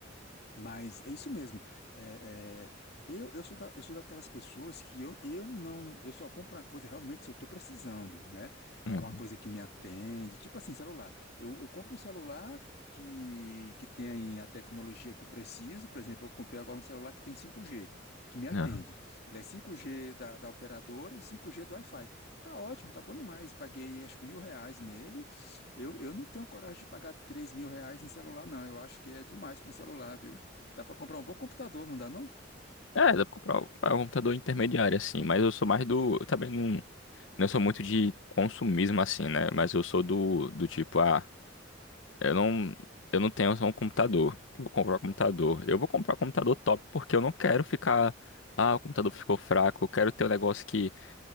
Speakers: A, on the left (about 55°); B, on the left (about 75°).
A: Mas é isso mesmo. É, é, eu, eu sou da, eu sou daquelas pessoas que eu, eu não. Eu só compro uma coisa realmente se eu estou precisando, né?
B: Uhum.
A: É uma coisa que me atende. Tipo assim, celular. Eu, eu compro um celular que, que tem a tecnologia que eu preciso. Por exemplo, eu comprei agora um celular que tem 5G, que me atende.
B: É,
A: Ele é 5G da, da operadora e 5G do Wi-Fi. Tá ótimo, tá bom demais. Paguei acho que mil reais nele. Eu, eu não tenho coragem de pagar três mil reais em celular, não. Eu acho que é demais para um celular, viu? Dá para comprar um bom computador, não dá, não?
B: É, dá pra comprar um um computador intermediário, assim, mas eu sou mais do. Eu também não, não sou muito de consumismo, assim, né? Mas eu sou do, do tipo, ah, eu não, eu não tenho só um computador. eu Vou comprar um computador. Eu vou comprar um computador top porque eu não quero ficar. Ah, o computador ficou fraco. Eu quero ter um negócio que